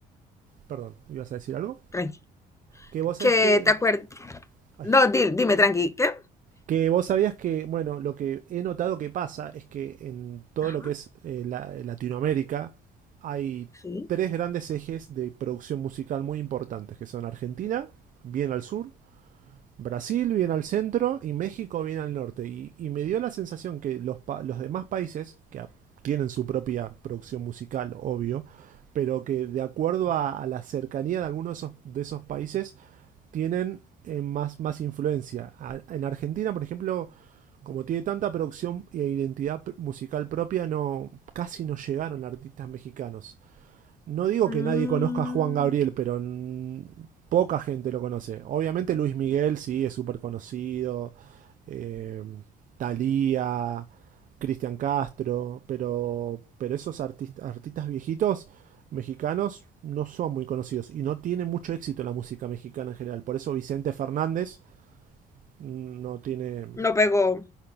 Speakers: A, on the right; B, on the left.
A: perdón, ¿ibas a decir algo?
B: tranqui.
A: Que vos sabés
B: Que
A: que,
B: te acuerdas.
A: ay,
B: No, di- dime, tranqui. ¿Qué?
A: que vos sabías que, bueno, lo que he notado que pasa es que en todo
B: Ajá,
A: lo que es eh, la- eh, Latinoamérica hay
B: sí.
A: tres grandes ejes de producción musical muy importantes, que son Argentina, bien al sur, Brasil bien al centro y México bien al norte. Y, y me dio la sensación que los, pa- los demás países, que tienen su propia producción musical, obvio, pero que de acuerdo a, a la cercanía de algunos de esos, de esos países, tienen eh, más, más influencia. A- en Argentina, por ejemplo, como tiene tanta producción e identidad musical propia, no, casi no llegaron artistas mexicanos. No digo
B: Mm,
A: que nadie conozca a Juan Gabriel, pero mm, poca gente lo conoce. Obviamente Luis Miguel sí es súper conocido, eh, Thalía, Cristian Castro, pero, pero esos artist- artistas viejitos mexicanos no son muy conocidos y no tiene mucho éxito la música mexicana en general. Por eso Vicente Fernández mm, no tiene
B: no pegó.